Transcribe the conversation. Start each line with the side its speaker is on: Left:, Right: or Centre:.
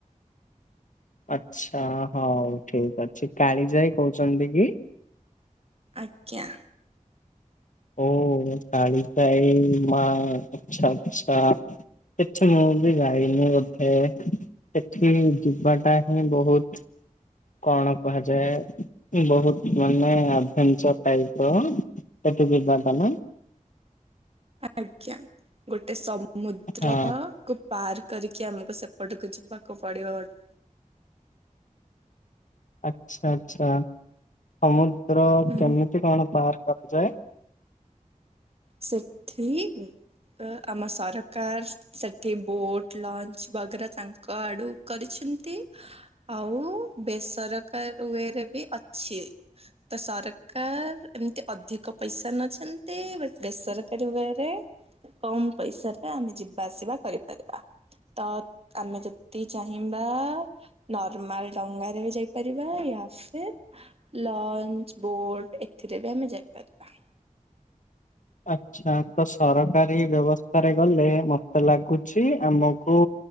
Left: ଆଚ୍ଛା ହଉ ଠିକ୍ ଅଛି କାଳିଯାଇ କହୁଚନ୍ତି କି?
Right: ଆଜ୍ଞା।
Left: ଓ କାଳିଜାଈ ମା ଆଚ୍ଛା ଆଚ୍ଛା। ସେଠି ମୁଁ ବି ଯାଇନି ବୋଧେ ସେଠି ଯିବାଟା ହିଁ ବହୁତ୍ କଣ କୁହାଯାଏ ବହୁତ୍ ମାନେ ଆଭେଞ୍ଚଚର୍ ଟାଇପ୍ ର ହେଠୁ ଯିବାଟାନା?
Right: ଆଜ୍ଞା ଗୋଟେ ସମୁଦ୍ର
Left: ହଁ
Right: କୁ, ପାର୍ କରିକି ଆମକୁ ସେପଟକୁ ଯିବାକୁ ପଡ଼ିବ ବଧ୍
Left: ଆଚ୍ଛା-ଆଚ୍ଛା ସମୁଦ୍ର
Right: ହୁଁ।
Left: କେମିତି କଣ ପାର କରାଯାଏ?
Right: ସେଠିକି, ତ ଆମ ସରକାର ସେଠି ବୋଟ୍ ଲଞ୍ଚ ବଗରା ତାଙ୍କ ଆଡ଼ୁ, କରିଛନ୍ତି ଆଉ ବେସରକାରୀ ୱେରେ ବି ଅଛି, ତ ସରକାର ଏମିତି ଅଧିକ ପଇସା ନଛନ୍ତି ବେ ବେସରକାରୀ ୱୟରେ କମ୍ ପଇସରେ ଆମେ ଯିବା ଆସିବା କରିପାରିବା, ତ ଆମେ ଯଦି ଚାହିଁବା, ନର୍ମାଲ ଡଙ୍ଗାରେ ବି ଯାଇପାରିବା ୟା ଫିର୍, ଲଞ୍ଚ ବୋଟ୍ ଏଥିରେ ବି ଆମେ ଯାଇପାରିବା,
Left: ଆଚ୍ଛା ତ ସରକାରୀ ବ୍ୟବସ୍ଥାରେ ଗଲେ ମତେ ଲାଗୁଛି ଆମକୁ,